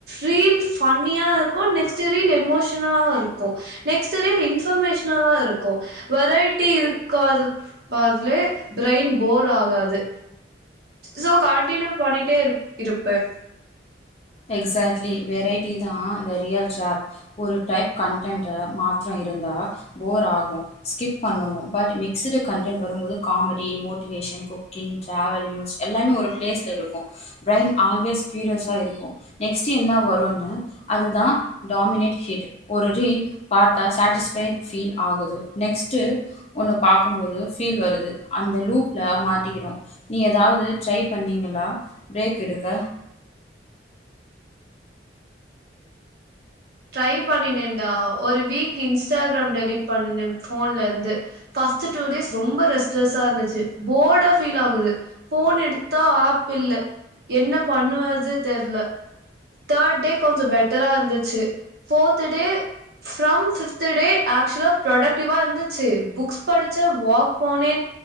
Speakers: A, on the right; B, on the left.
A: ரீல் பன்னியா இருக்கு நெக்ஸ்ட் ரீல் எமோஷன் லா இருக்கு நெக்ஸ்ட் ரீல் இன்ஃபர்மேஷனலா இருக்கு வெரைட்டி இருக்காது அதலையே பிரைன் போர் ஆகாது சோ கண்டினியூ பண்ணிட்டே இ இருப்பே
B: எக்ஸாக்ட்லி வெரைட்டி தா த ரியல் டிரப் ஒரு டைப் கான்டென்ட் மாத்துரோ இருந்தா போர் ஆகு ஸ்கிப் பண்ணுவோ பட் மிக்ஸ்டு கண்டென்ட் வரும்போது comedy motivation cooking travel news எல்லாமே ஒரு ப்ளேஸ்ல இருக்கு பிரைன் ஆல்வேஸ் க்யூரியஸாக இருக்கு நெக்ஸ்ட்டு என்ன வருன்னு அதுதா டாமினேட் ஹிட் ஒரு ரீல் பாத்தா சாட்டிஸ்பைட் ஃபீல் ஆகுது நெக்ஸ்ட்டு ஒன்ன பாக்க இருக்கும்போது பீல் வருது அந்த லூப்ல மாட்டிக்கிறோ நீ ஏதாவது ட்ரை பண்ணீங்களா பிரேக் எடுக்க
A: ட்ரை பண்ணினேண்டா ஒரு வீக் இன்ஸ்டாக்ராம் டெலிட் பண்ணுன ஃபோன்ல இந்து பஸ்ட் டூ டேஸ் ரொம்ப ரெஸ் பிளஸ்சா இருந்துச்சி போடா பீல் ஆகுது ஃபோன் எடுத்தா ஆப் இல்ல என்ன பண்ணுவது தெரில தேர்ட் டே கொஞ்ச பெட்டரா இருந்துச்சு fourth day from fifth day ஆக்சுவலா ப்ரொடக்டிவா இருந்துச்சு புக்ஸ் படிச்சா வாக் போனே